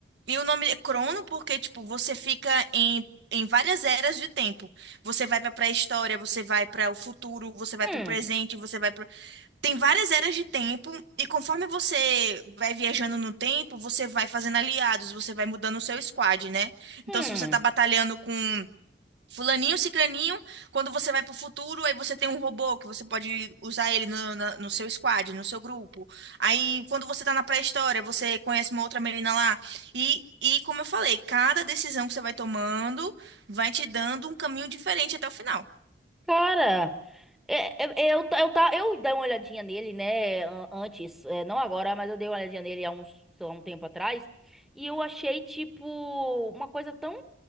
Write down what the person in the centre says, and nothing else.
Hum,
hum.
Cara, é- é- é, eu, ta- eu, ta- eu, dei uma olhadinha nele, né, an- antes, é, não agora, mas eu dei uma olhadinha nele há uns, sei lá, um tempo atrás, e eu achei, tipo, uma coisa tão